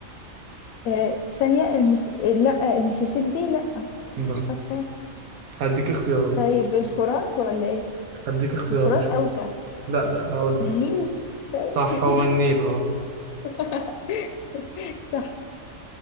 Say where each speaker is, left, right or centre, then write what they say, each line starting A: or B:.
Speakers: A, on the left; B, on the right.
A: آه ثانية المس... لا المسيسيبي لا
B: ده
A: مش فاكرة
B: هديك اختيارات
A: طيب الفرات ولا إيه
B: هديك اختيارات
A: الفرات
B: عشان
A: أوسع
B: لا لا هقول
A: النيل
B: لك
A: طيب
B: صح هو النيل اه
A: <laughs> صح